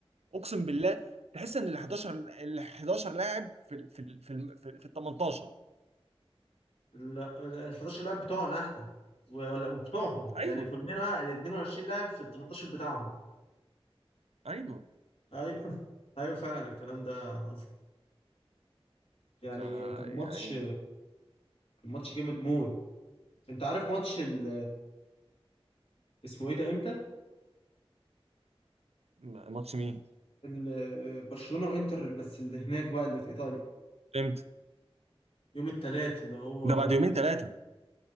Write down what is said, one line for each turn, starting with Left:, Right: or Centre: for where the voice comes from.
Right: اقسم بالله تحس ان ال 11 ال 11 لاعب في ال في ال في ال في ال 18
Left: ال ال- 11 لاعب بتوعنا احنا و- ولا وبتوعهم
Right: ايوه
Left: يعني كلنا ال 22 لاعب في ال 18 بتاعهم
Right: ايوه
Left: ايوه <laughs> ايوه فعلا الكلام ده حصل يعني
Right: ف
Left: كان
Right: يعني
Left: ماتش كان ماتش جامد موت انت عارف ماتش ال اسمه ايه ده امتى؟
Right: م- ماتش مين؟
Left: ال- برشلونة وانتر بس اللي هناك بقى اللي في ايطاليا
Right: امتى؟
Left: يوم التلات اللي هو
Right: ده بعد يومين ثلاثه